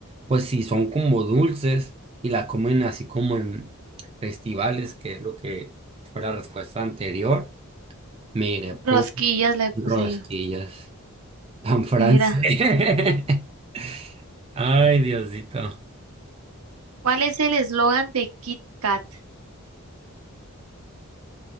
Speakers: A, on the right (about 25°); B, on the right (about 80°).
A: Pues sí, son como dulces y la comen así como en festivales, que es lo que fue la respuesta anterior. Mire, po-
B: rosquillas le puse
A: rosquillas,
B: yo?
A: pan francés.
B: Mira,
A: <laughs> Ay, Diosito.
B: ¿cuál es el eslogan de Kit Kat?